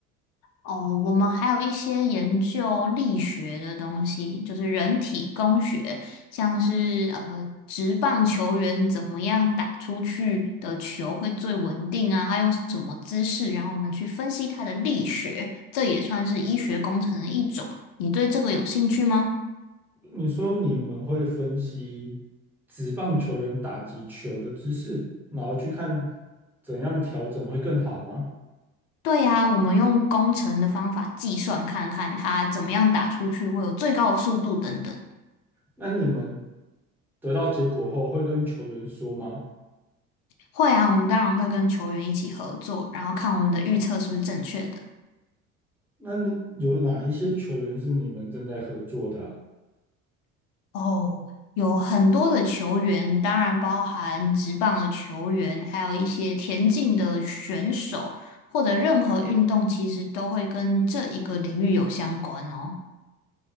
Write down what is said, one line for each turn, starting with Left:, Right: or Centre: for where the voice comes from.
Left: 哦，我们还有一些研究力学的东西，就是人体工学，像是呃，职棒球员怎么样打出去的球会最稳定啊，他用什么姿势，然后我们去分析他的力学，这也算是医学工程的一种。你对这个有兴趣吗？
Centre: 你说你们会分析职棒球员打击球的姿势，然后去看怎样调整会更好吗？
Left: 对呀，我们用工程的方法计算，看看他怎么样打出去会有最高的速度等等。
Centre: 那你们得到结果后会跟球员说吗？
Left: 会啊，我们当然会跟球员一起合作，然后看我们的预测是不是正确的。
Centre: 那你有哪一些球员是你们正在合作的啊？
Left: 哦，有很多的球员，当然包含职棒的球员，还有一些田径的选手，或者任何运动，其实都会跟这一个领域有相关哦。